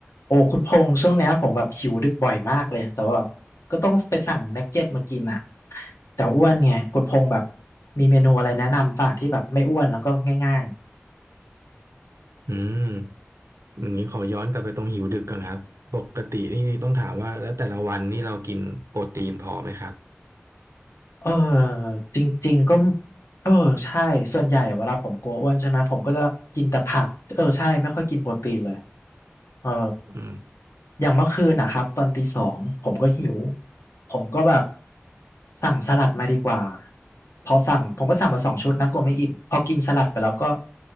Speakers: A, on the left; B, on the right.
A: โอ้คุณพงษ์ช่วงเนี้ยผมแบบหิวดึกบ่อยมากเลยแต่ว่าแบบก็ต้องไปสั่งนักเก็ตมากินอ่ะแต่อ้วนไงคุณพงษ์แบบมีเมนูอะไรแนะนำป่ะที่แบบไม่อ้วนแล้วก็ง่าย
B: อืมอย่างนี้ขอย้อนกลับไปตรงหิวดึกก่อนครับปกตินี่ต้องถามว่าแล้วแต่ละวันนี่เรากินโปรตีนพอไหมครับ
A: เออจริงๆก็เออใช่ส่วนใหญ่อะเวลาผมกลัวอ้วนใช่ไหมผมก็จะกินแต่ผักเออใช่ไม่ค่อยกินโปรตีนเลยเออ
B: อืม
A: อย่างเมื่อคืนนะครับตอนตีสองผมก็หิวผมก็แบบสั่งสลัดมาดีกว่าพอสั่งผมก็สั่งมาสองชุดนะกลัวไม่อิ่มพอกินสลัดไปแล้วก็